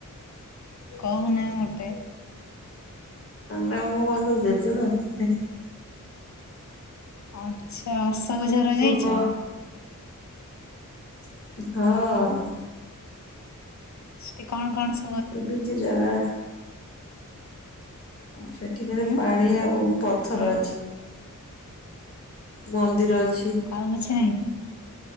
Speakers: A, on the left; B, on the left.
A: କହୁନାହୁଁ ଗୋଟେ।
B: ନାଁ ମୁଁ କଣ ତୋ ଜେଜେମା ହ୍ନେ।
A: ଆଛା ଅଶୋକ ଝର
B: ତୁ
A: ଯାଇଚ।
B: କହ ହଁ।
A: ଷ୍ଟେ କଣ କଂସ
B: ପବିତ୍ର ଜାଗା। ସେଠିକାର
A: ହୁଁ
B: ପାଣି ଆଉ ପଥର ଅଛି। ମନ୍ଦିର ଅ
A: ଆଉ କିଛି ନାହିଁ।